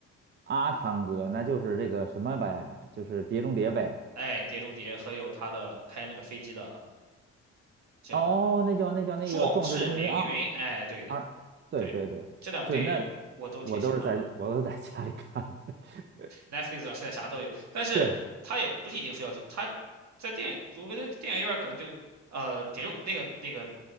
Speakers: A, on the right; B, on the right.
A: 阿汤哥那就是这个什么呗，就是《碟中谍》呗。
B: 哎，《碟中谍》和有他的开那个飞机的叫《壮志凌云》，
A: 哦，那叫那叫那个《壮志凌云啊，
B: 哎，对的，
A: 二，对对对，
B: 对，这两部电影我都挺喜欢的。
A: 是那我都是在我都是在家里看的。<laughs>
B: Netflix 上现在啥都有，但是他也不是一定非要去，
A: 对，
B: 他在电影，我觉得电影院儿可能就呃，铁中那个那个